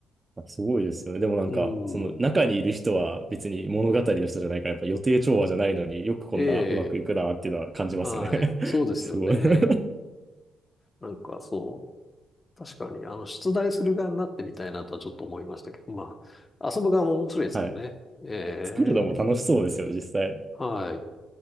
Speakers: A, on the right; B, on the left.
A: すごいですよね。でもなんか、
B: うん。
A: その中にいる人は別に物語の人じゃないから、やっぱ予定調和じゃないのによくこんなうまくいくなっていうのは感じますよね
B: ええ、はい。そうですよね。
A: <laughs> すごい <laughs>
B: なんか、そう。確かに、あの、出題する側になってみたいなとはちょっと思いましたけど、まあ、遊ぶ側も面白いですけどね。
A: はい。
B: ええ、
A: 作るのも楽しそうですよね、実際。
B: はい。